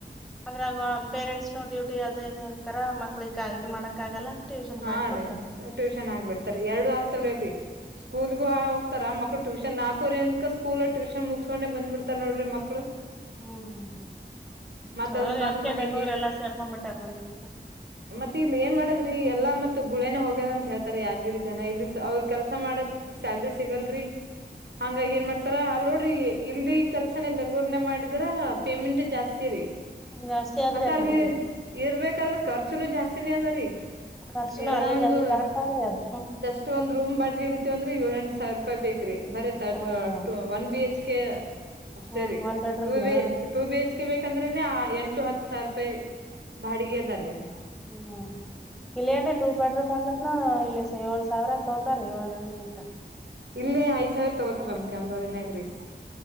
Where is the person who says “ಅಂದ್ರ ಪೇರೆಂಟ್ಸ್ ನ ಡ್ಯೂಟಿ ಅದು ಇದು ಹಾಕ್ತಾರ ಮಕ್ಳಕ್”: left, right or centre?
Centre